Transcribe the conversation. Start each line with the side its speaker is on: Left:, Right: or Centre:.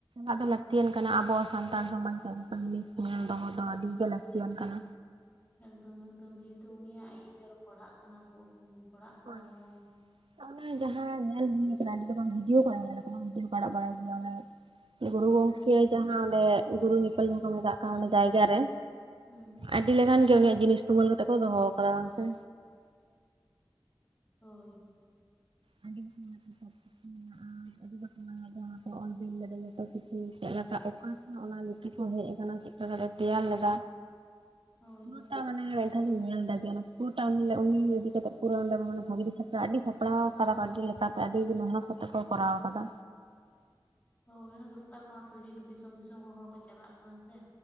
Right: ᱟᱫᱚ ᱞᱟᱹᱠᱛᱤᱭᱟᱱ ᱠᱟᱱᱟ ᱟᱵᱚ ᱥᱟᱱᱛᱟᱲ ᱥᱚᱢᱟᱡᱽ ᱵᱟᱨᱮᱛᱮ ᱧᱮᱞ ᱫᱚᱦᱚ ᱫᱚ ᱟᱹᱰᱤ ᱜᱮ ᱞᱟᱹᱠᱛᱤᱭᱟᱱ ᱠᱟᱱᱟ᱾
Left: ᱮᱠᱫᱚᱢ ᱮᱠᱫᱚᱢ ᱡᱮᱦᱮᱛᱩ ᱩᱱᱤᱭᱟᱜ ᱤᱭᱟᱹᱛᱮ ᱟᱨᱚ ᱯᱟᱲᱦᱟᱜ ᱠᱟᱱᱟ ᱵᱚᱱ, ᱦᱩᱸ ᱯᱟᱲᱦᱟᱜ
Right: ᱦᱳᱭ᱾
Left: ᱠᱟᱱᱟ ᱵᱚᱱ
Right: ᱚᱱᱮ ᱡᱟᱦᱟᱸ ᱧᱮᱞ ᱦᱩᱭ ᱠᱟᱱᱟ ᱟᱹᱰᱤ ᱨᱚᱠᱚᱢ ᱵᱷᱤᱰᱤᱭᱳ ᱠᱚ ᱮᱢ ᱟᱠᱟᱫᱟ ᱠᱚ ᱴ, ᱚᱱᱟ ᱵᱷᱤᱰᱤᱭᱳ ᱠᱚ ᱟᱲᱟᱜ ᱵᱟᱲᱟᱭᱫᱟ᱾ ᱚᱱᱮ ᱜᱩᱨᱩ ᱜᱚᱝᱠᱮ ᱡᱟᱦᱟᱸ ᱚᱸᱰᱮ ᱜᱩᱨᱩ ᱧᱮᱯᱮᱞ ᱡᱟᱦᱟᱸ ᱠᱚ ᱢᱮᱛᱟᱜ ᱠᱟᱱ ᱚᱸᱰᱮ ᱡᱟᱭᱜᱟ ᱨᱮ᱾
Left: ᱦᱩᱸ᱾
Right: ᱟᱹᱰᱤ ᱞᱮᱠᱟᱱ ᱜᱮ ᱩᱱᱤᱭᱟᱜ ᱡᱤᱱᱤᱥ ᱛᱩᱢᱟᱹᱞ ᱠᱟᱛᱮᱜ ᱠᱚ ᱫᱚᱦᱚ ᱟᱠᱟᱫᱟ ᱜᱚᱝᱠᱮ᱾
Left: ᱦᱩᱸ᱾
Right: <unintelligible> ᱢᱮᱱᱟᱜ-ᱟ, ᱟᱹᱰᱤ ᱨᱚᱠᱚᱢ <unintelligible> ᱚᱱᱟ ᱠᱚ ᱚᱞ ᱵᱤᱞ ᱫᱟᱲᱮ ᱠᱟᱫᱟ ᱡᱚᱛᱚ ᱠᱤᱪᱷᱩ ᱪᱮᱫ ᱞᱮᱠᱟ ᱚᱠᱟ ᱠᱷᱚᱱᱟᱜ ᱚᱱᱟ ᱞᱤᱯᱤ ᱠᱚ ᱦᱮᱡ ᱟᱠᱟᱱᱟ? ᱚᱱᱟ ᱪᱮᱫ ᱠᱟᱛᱮ ᱛᱮᱭᱟᱨ ᱞᱮᱫᱟ?
Left: ᱦᱳᱭ
Right: ᱚᱱᱠᱟ ᱢᱟᱱᱮ ᱢᱤᱫ ᱫᱷᱟᱣ ᱞᱤᱧ ᱧᱮᱞ ᱞᱮᱫᱟ ᱡᱮ ᱯᱩᱨᱟᱹᱴᱟ ᱩᱱᱤ, ᱩᱱᱤ ᱤᱫᱤ ᱠᱟᱛᱮᱜ ᱯᱩᱨᱟᱹ ᱵᱷᱟᱜᱤ ᱥᱟᱯᱲᱟᱣ ᱟᱹᱰᱤ ᱥᱟᱯᱲᱟᱣ ᱠᱟᱫᱟ ᱠᱚ ᱟᱹᱰᱤ ᱞᱮᱠᱟᱛᱮ ᱟᱹᱰᱤ ᱢᱮᱦᱱᱚᱛ ᱠᱟᱛᱮ ᱠᱚ ᱠᱚᱨᱟᱣ ᱠᱟᱫᱟ᱾
Left: ᱦᱳᱭ, ᱫᱚᱨᱠᱟᱨ ᱠᱟᱱᱟ ᱛᱚ ᱡᱮᱦᱮᱛᱩ ᱫᱤᱥᱚᱢ ᱫᱤᱥᱚᱢ ᱠᱷᱚᱱ ᱦᱚᱲ ᱠᱚ ᱪᱟᱞᱟᱜ ᱠᱟᱱᱟ ᱥᱮ᱾